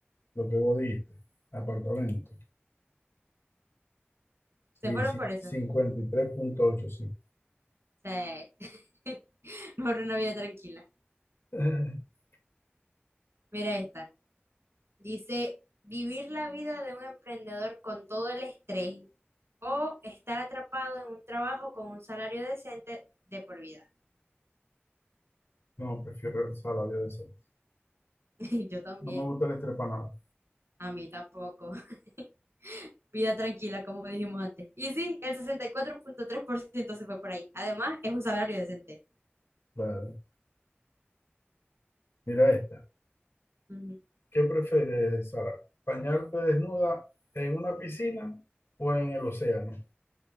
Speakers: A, on the left; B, on the right.
A: Lo que vos dijiste. Apartamento. Sí,
B: se fueron
A: sí,
B: por eso,
A: cincuenta y tres punto ocho sí.
B: sí, <laughs> mejor una vida tranquila.
A: <laughs>
B: Mira esta, dice, vivir la vida de un emprendedor con todo el estrés O estar atrapado en un trabajo con un salario decente de por vida.
A: No, prefiero el salario decente.
B: <laughs> Yo también.
A: No me gusta el estrepanado.
B: A mí tampoco. <laughs> Vida tranquila, como dijimos antes. Y sí, el 64.3% se fue por ahí. Además, es un salario decente.
A: Claro. Mira esta.
B: Ujú.
A: ¿Qué prefieres, Sara? ¿Bañarte desnuda en una piscina o en el océano? <laughs>